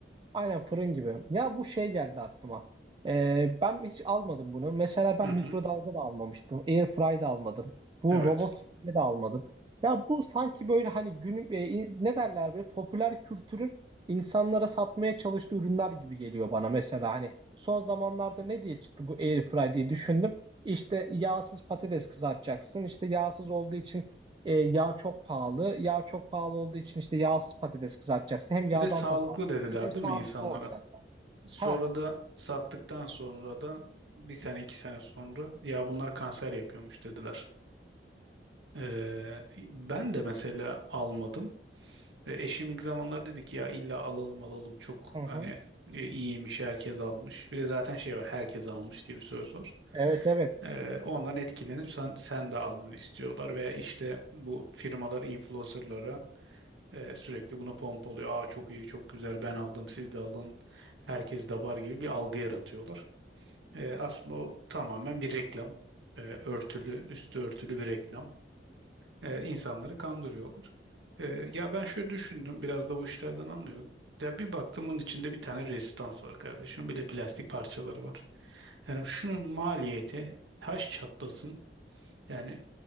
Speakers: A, on the right; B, on the right.
A: Aynen fırın gibi. Ya bu şey geldi aklıma. Ee, ben hiç almadım bunu. Mesela ben
B: Hı hı.
A: mikrodalga da almamıştım. Airfry da almadım. Bu
B: Evet.
A: robot süpürge de almadım. Ya bu sanki böyle hani günün e, in- ne derler böyle popüler kültürün insanlara satmaya çalıştığı ürünler gibi geliyor bana. Mesela hani son zamanlarda ne diye çıktı bu Airfry diye düşündüm. İşte yağsız patates kızartacaksın. İşte yağsız olduğu için e, yağ çok pahalı. Yağ çok pahalı olduğu için işte yağsız patates kızartacaksın. Hem yağdan
B: Bir de sağlıklı
A: tasarruf
B: dediler
A: edeceksin hem sağlıklı
B: değil mi insanlara?
A: olacaklar.
B: Sonra
A: Ha.
B: da sattıktan sonra da bir sene iki sene sonra ya bunlar kanser yapıyormuş dediler. Ee, ben de mesela almadım. E, eşim ilk zamanlar dedi ki ya illa alalım alalım çok
A: Hı
B: hani
A: hı.
B: e, iyiymiş herkes almış. Bir de zaten şey var herkes almış diye bir söz var.
A: Evet evet.
B: Ee, ondan etkilenip sen, sen de almanı istiyorlar veya işte bu firmalar influencerlara Ee, sürekli bunu pompalıyor. Aa çok iyi, çok güzel ben aldım, siz de alın. Herkes de var gibi bir algı yaratıyorlar. Ee, aslında o tamamen bir reklam. Ee, örtülü, üstü örtülü bir reklam. Ee, insanları kandırıyorlar. Ee, ya ben şöyle düşündüm, biraz da bu işlerden anlıyorum. Ya bir baktım bunun içinde bir tane rezistans var kardeşim. Bir de plastik parçaları var. Yani şunun maliyeti taş çatlasın yani